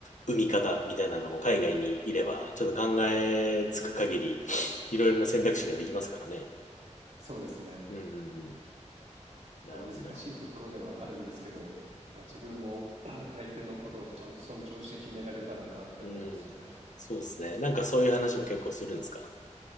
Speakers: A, on the left; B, on the right.
A: 産み方みたいなのも海外にいれば、ちょっと考えつく限り、いろいろな選択肢ができますからね。
B: そうですね。
A: うんうんうん。
B: まあ、
A: なるほど、
B: 難しいところではあるんですけど、
A: なるほど。
B: まあ、自分も <clears throat> 相手のことをちゃんと尊重して決められたらなって思うんですよね。
A: うん。そうですね。なんかそういう話も結構するんですか